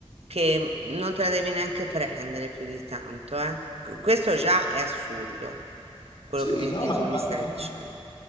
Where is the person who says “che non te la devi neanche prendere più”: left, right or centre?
Right